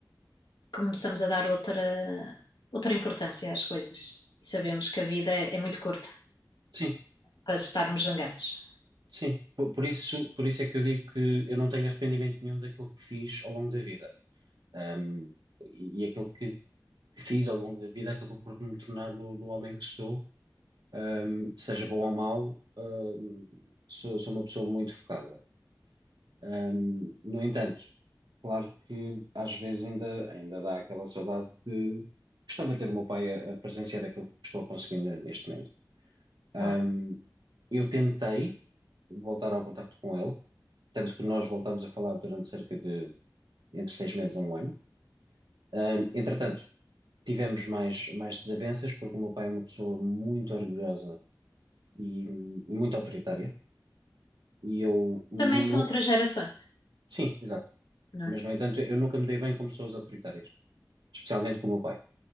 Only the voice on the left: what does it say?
começamos a dar outra, outra importância às coisas e sabemos que a vida é, é muito curta
para estarmos zangados.
Claro.
Também são
outras gerações,
não
é?